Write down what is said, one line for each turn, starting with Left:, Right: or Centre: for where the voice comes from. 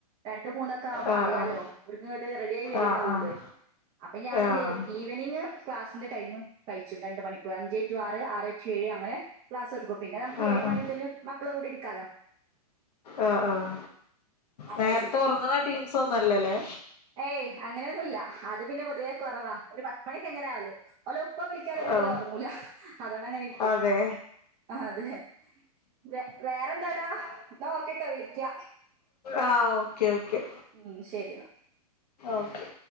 Right: രണ്ടും മൂന്നൊക്കെ ആവുമ്പോ
Left: ആഹ്
Right: അറിയാലോ
Left: ആഹ്
Right: ഓര്ക്കിങ്ങട്ട് റെഡി ആയി വരുന്നുണ്ടാവുള്ളൂ
Left: ആഹ് ആഹ്
Right: അപ്പൊ ഞാനെന്ത്
Left: ആഹ്
Right: ചെയ്യും ഈ- ഈവനിംഗ് ക്ലാസിന്റെ ടൈം കഴിച്ചും രണ്ട് മണിക്കൂർ അഞ്ച് ടു ആറ് ആറ് ടു ഏഴ് അങ്ങനെ ക്ലാസ്ടുക്കും പിന്നെ നമുക്ക്
Left: ആഹ്
Right: ഏഴ്
Left: ആഹ്
Right: മണിമുതൽ മക്കളെ കൂടെ ഇരിക്കാലോ
Left: ആഹ് ആഹ്
Right: അങ്ങനെ
Left: നേരത്തെ
Right: ചെയ്യും
Left: ഉറങ്ങുന്ന ടീംസ് ഒന്നും അല്ലലേ
Right: ഏയ് അങ്ങനെയൊന്നുമില്ല അത് പിന്നെ പൊതുവേ കുറവാ ഒരു പത്ത് മണിയൊക്കെ എങ്ങനെ ആവല്ലും ഓലെ ഉപ്പ വിളിക്കാതെ പിന്നെ
Left: ആഹ്
Right: ഓല് ഉറങ്ങൂല അതുകൊണ്ട് അങ്ങനെ ഇരിക്കും
Left: അതെ
Right: ആഹ് അതെ വെ വേറെന്താടാ എന്നാ ഓക്കെട്ടോ വിളിക്ക്യാ
Left: ആഹ് ഓക്കെ ഓക്കെ
Right: ഉം ശരി ന്നാ.
Left: ഓക്കെ